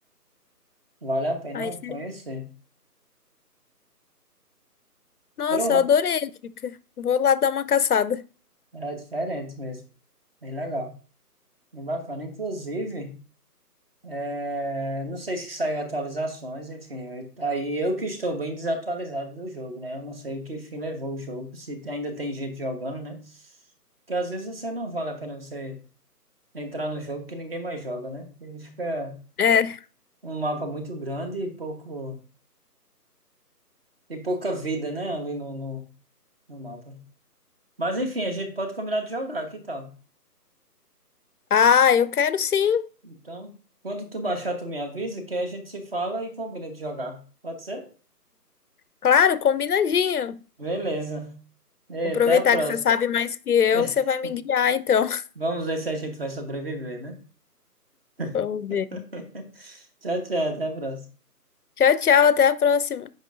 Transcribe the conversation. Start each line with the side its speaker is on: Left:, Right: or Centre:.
Right: Vale a pena
Left: Aí, você-
Right: conhecer.
Left: nossa,
Right: Eu lá.
Left: eu adorei, Kika. Vou lá dar uma caçada.
Right: É diferente mesmo. Bem legal. Bem bacana. Inclusive. É, não sei se saiu atualizações, enfim. eu- Aí eu que estou bem desatualizado do jogo, né? Eu não sei que fim levou o jogo, se ainda tem gente jogando, né? Porque às vezes você não vale a pena você entrar no jogo que ninguém mais joga, né? Ele fica
Left: É.
Right: um mapa muito grande e pouco e pouca vida, né? Ali no, no, no mapa. Mas enfim, a gente pode combinar de jogar, que tal?
Left: Ah, eu quero sim.
Right: Então, quando tu baixar, tu me avisa que aí a gente se fala e combina de jogar. Pode ser?
Left: Claro, combinadinho.
Right: Beleza. E
Left: Vou Aproveitar
Right: até a próxima.
Left: que você sabe mais que eu,
Right: <laughs>
Left: você vai me guiar, então. <laughs>
Right: Vamos ver se a gente vai sobreviver, né?
Left: Vamos
Right: <laughs>
Left: ver.
Right: Tchau, tchau, até a próxima.
Left: Tchau, tchau, até a próxima.